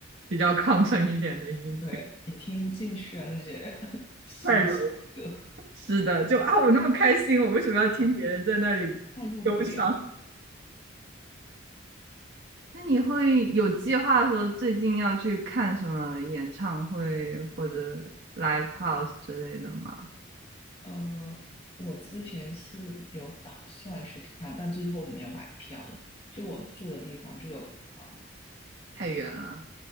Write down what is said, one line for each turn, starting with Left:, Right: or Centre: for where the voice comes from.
Right: 比较亢奋一点的音乐，
Left: 对，也听不进去啊，那些 <laughs> 伤心的歌
Right: 快柔。是的，就啊，我那么开心，我为什么要听别人在那里忧伤？
Left: 啊，对，代入不了。
Right: 那你会有计划说最近要去看什么演唱会或者 live house 之类的吗？
Left: 呃，我之前是有打算去看，但最后没有买票的。就我住的地方就有，啊
Right: 太远了。